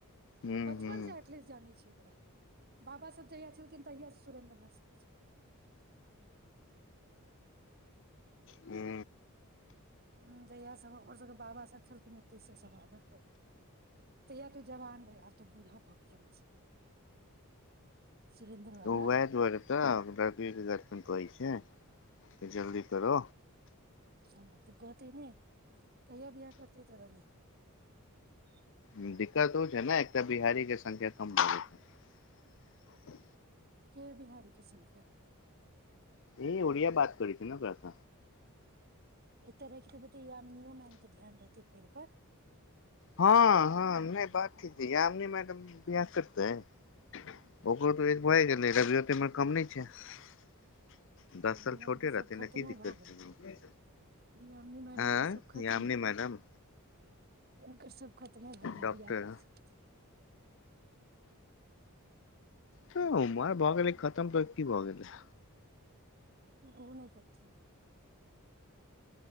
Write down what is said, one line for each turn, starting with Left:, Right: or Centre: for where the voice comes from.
Left: हूं
Right: बचपन
Left: हूं
Right: से एटलीस्ट जानै छियै ओकरा बाबासभ जहिया छलखिन तहियास सुरेन्द्र नाथ जी छल
Left: हू
Right: हूं जहिया सब हमर सबके बाबा सब छलखिन ओते से सब तहिय तो जवान रहे आब तऽ बूढ़ा भऽ गेल सुरेन्द्र वाला
Left: ओएह दुआरे तऽ कहै छै त जल्दी करो
Right: आ तऽ कहतेै नहि कहिया वियाह करते तोरा लेल <unintelligible>
Left: ह दिक्कत ओ छै ने एक तऽ बिहारी के ससंख्या कम लै छै
Right: के बिहारी की संख्या
Left: ह ओड़िया बात करै छै ने कस
Right: एतऽ रख देबै तऽ यामिनीयो मैम के ध्यान रहतै पेड़ पर
Left: हँ हँ नहि बात ठ ह य नहि मैडम बियाह करते है ओकर त एक भ गेलै ब हम नहि जायब दस
Right: यामिनी
Left: साल
Right: मैम
Left: छोटे
Right: के सब
Left: रहते
Right: खत्मो
Left: ने की दिक्कत
Right: भऽ गेलै
Left: छै
Right: यामिनी मैडम
Left: ह
Right: के सब खत्मो
Left: यामनी मैडम
Right: ओ सब खत्मो भऽ गेल
Left: डॉक्टर
Right: बियाह क स
Left: ह उमर भऽ गेलै खतम तऽ की भऽ गेलै
Right: ओ नहि करथिन